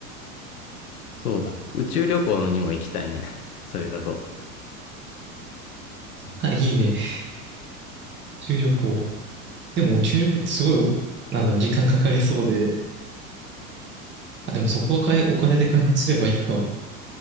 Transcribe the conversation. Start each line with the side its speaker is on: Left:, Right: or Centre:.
Left: そうだ。宇宙旅行にも行きたいね。それだと。
Right: あ、いいね。宇宙旅行。でも、宇宙旅行ってすごいお、なんだろう、時間かかりそうで。あ、でもそこはかえ、お金で開発すればいいか。